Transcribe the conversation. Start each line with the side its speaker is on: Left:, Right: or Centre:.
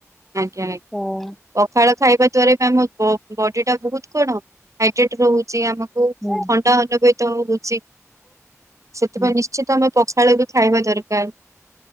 Right: ଆଜ୍ଞା
Centre: ହୁଁ
Right: ଆ-ପଖାଳ ଖାଇବା ଦ୍ଵାରା ତ ଆମ ବ-ବଡି ଟା ବହୁତ କଣ ହାଇଟେଟ ରହୁଚି, ଆମକୁ
Centre: ହୁଁ।
Right: ଥଣ୍ଡା ହେଲେବି ତ ଉଛି ସେଥିପାଇଁ
Centre: ହୁଁ।
Right: ନିଶ୍ଚିତ ଆମେ ପଖାଳ ବି ଖାଇବା ଦରକାର।